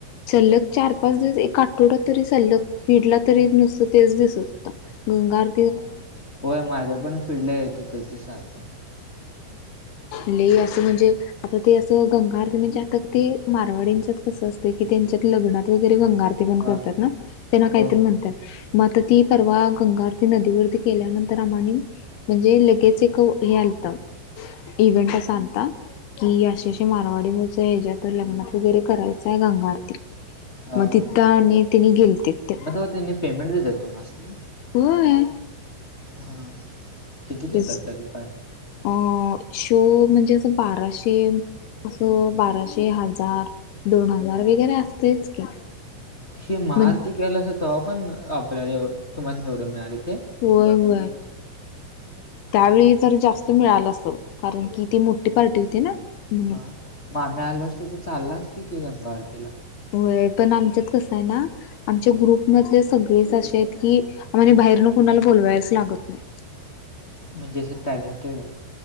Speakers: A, on the left; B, on the left.
A: सल्लग चार पाच दिवस, एक आठवडात तरी सल्लग फिडला तरी नुसतं तेच दिसत होतं. गंगा आर
B: हा, होय माझ्या पण फील्डला येत होतं ते सारखं.
A: लई असं म्हणजे आता ते असं गंगाआरती म्हणजे आता ते मारवाडींच्यात कसं असतें की त्यांच्यात लग्नात वगैरे गंगाआर ती पण
B: हा
A: करतात
B: हा
A: ना, त्याला काय
B: हो
A: तरी
B: हो
A: म्हणत्यात. मग आता ती परवा गंगाआरती नदी वरती केल्या नंतर अमानी म्हणजे लगेच एक हे आलतं इव्हेंट असा आलता की अशी अशी मारवाडीवरच ह्याच्यात लग्नात वगैरे करायचं आहे गंगाारती.
B: हा
A: मग तिथं
B: हा
A: आणि त्यांनी गेलते ते
B: मग तेव्हा त्यांनी पेमेंट देत तुम्हास्नी
A: होय
B: हा. किती
A: तेच
B: देतात तरीपण
A: अ शो म्हणजे असं बाराशे असं बाराशे, हजार दोन हजार वगैरे असतीलच की.
B: ही महाआरती
A: म्हण
B: केलासा तेव्हा पण आपल्या तुम्हाला एवढं मिळाले होते.
A: होय होय त्यावेळी जर जास्त मिळालं असतील कारण की ते मोठी पार्टी होती ना. म्हणून
B: हा मग आम्ही आलो असतो तर चाललं असतं की गंगा आरतीला
A: होय पण आमच्यात कसं ए ना आमच्या ग्रुप मधले सगळेच असेच की म्हणजे बाहेरनं कोणाला बोलवायचं लागत नाही.
B: म्हणजे असे टॅलेंटेड आहेत.